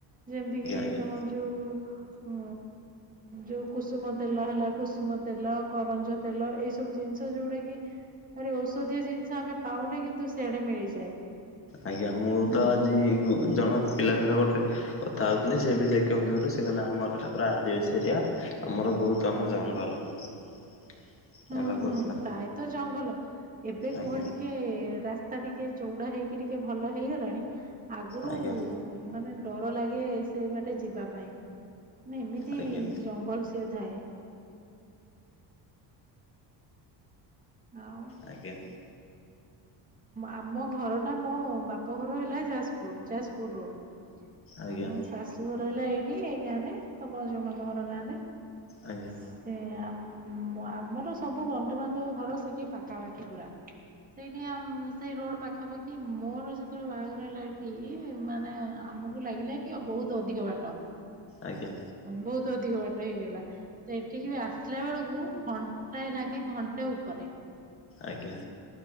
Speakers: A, on the right; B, on the left.
A: ଯେମିତି କିି
B: ଆଜ୍ଞା।
A: ତମର ଯୋଉଁ ହ ଯୋଉଁ କୁସୁମ ତେଲ ହେଲା କୁସୁମ ତେଲ, କରଞ୍ଜ ତେଲ, ଏଇ ସବୁ ଜିନିଷ ଯୋଉଁଟା କି ଆରେ ଔଷଧୀୟ ଜିନିଷ ଆମେ ପାଉନେ କିନ୍ତୁ ସେଆଡେ ମିଳିଯାଏ।
B: ଆଜ୍ଞା ମୁଁ
A: ହୁଁ।
B: ତ ଆଜି ଜଣ ପିଲା ସହିତ ଗୋଟେ କଥା ହଉ ସେ ବି ସେ କେନ୍ଦୁଝର ସେ କହିଲ ଆମର ଏଟା ପୁରାଦିବାସୀ ଏରିଆ ଆମର ବହୁତ ଆମର ଜଙ୍ଗଲ। <unintelligible>
A: ହୁଁ
B: ଏଗୁରା କହୁଥିଲା
A: ହୁଁ ପ୍ରାୟତଃ ଜଙ୍ଗଲ ଏବେ
B: ଆଜ୍ଞା
A: କୁହ ଟିକେ ରାସ୍ ରାସ୍ତା ଟିକେ ଚଉଡା ହେଇକି ଟିକେ ଭଲ ହେଇଗଲାଣି ଆଗରୁ
B: ଆଜ୍ଞା
A: ମାନେ ଡର ଲାଗେ ସେ ବାଟେ ଯିବା ପାଇଁ ମେ ଏମିତି
B: ଆଜ୍ଞା
A: ଜଙ୍ଗଲ ସେ। ଥାଏ। ଆଉ
B: ଆଜ୍ଞା
A: ଆମ ଘର ଟା ମୋ ବାପଘର ହେଲା ଯାଜପୁର ଯାଜପୁର ରୋଡ
B: ଆଜ୍ଞା
A: ଆମ ଶାଶୁ ଘର ହେଲା ଏଇଠି ଏଇ ଗାଁରେ ତମ ଯୋଉଁ ମାମୁଁଘର ଗାଁରେ।
B: ଆଜ୍ଞା ଆଜ୍ଞା
A: ସେ ଆ ଆମର ସବୁ ବନ୍ଧୁବାନ୍ଧବ ଘର ପାଖାପାଖି ପୁରା। ସେଇଠି ସେଇ ରୋଡ଼ ପାଖାପାଖି ମୋର ଯେତେବେଳେ ବାହାଘର ହେଲା ଏଠି ମାନେ ଆମକୁ ଲାଗିଲା କି ଆ ବହୁତ ଅଧିକ ବାଟ
B: ଆଜ୍ଞା
A: ବହୁତ ଅଧିକ ବାଟ ହେଇଗଲା ତ ଏଠିକି ବି ଆସିଲା ବେଳକୁ ଘଣ୍ଟାଏ ଲାଗେ ଘଣ୍ଟା ଉପରେ।
B: ଆଜ୍ଞା।